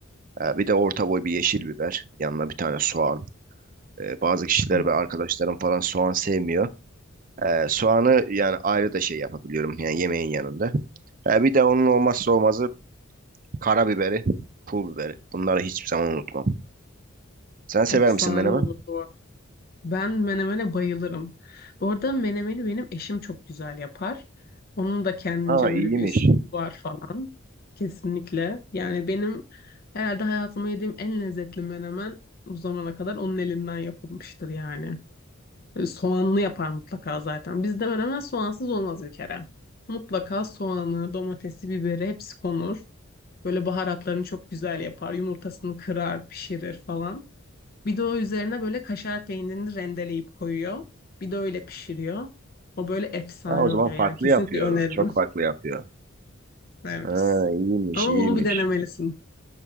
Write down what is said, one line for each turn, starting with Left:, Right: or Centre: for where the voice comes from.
Right: Ee, bir de orta boy bir yeşil biber. Yanına bir tane soğan. Ee, bazı kişiler
Left: of.
Right: ve arkadaşlarım falan soğan sevmiyor. Ee, soğanı yani ayrı da şey yapabiliyorum. Yani yemeğin yanında. Ee, bir de onun olmazsa olmazı karabiberi, pul biberi. Bunları hiçbir zaman unutmam. Sen sever
Left: Efsane
Right: misin menemen?
Left: olur bu arada. Ben menemene bayılırım. Bu arada menemeni benim eşim çok güzel yapar. Onun da kendince
Right: Ha iyiymiş.
Left: böyle bir üslubu var falan. Kesinlikle. Yani benim herhalde hayatımda yediğim en lezzetli menemen bu zamana kadar onun elinden yapılmıştır yani. E, Soğanlı yapar mutlaka zaten. Bizde menemen soğansız olmaz bir kere. Mutlaka soğanı, domatesi, biberi hepsi konur. Böyle baharatlarını çok güzel yapar. Yumurtasını kırar, pişirir falan. Bir de o üzerine böyle kaşar peynirini rendeleyip koyuyor. Bir de öyle pişiriyor. O böyle efsane
Right: Ha, o zaman
Left: oluyor.
Right: farklı
Left: Yani kesinlikle
Right: yapıyor.
Left: öneririm.
Right: Çok
Left: <laughs>
Right: farklı yapıyor.
Left: Evet.
Right: Ha iyiymiş,
Left: Ama
Right: iyiymiş.
Left: bunu bir denemelisin.